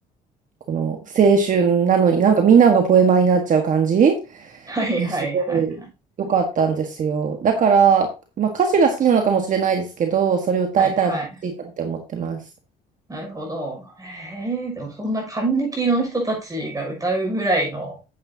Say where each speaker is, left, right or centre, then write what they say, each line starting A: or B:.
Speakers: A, on the right; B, on the right.
A: この青春なのに、なんかみんながポエマーになっちゃう感じ、
B: はい、
A: ね、
B: はい、
A: すごい良かったんですよ。
B: はい。
A: だから、まあ、歌詞が好きなのかもしれないですけど、それを歌えたら楽しいなって思ってます。
B: はい、はい。なるほど。ええ、でもそんな還暦の人たちが歌うぐらいの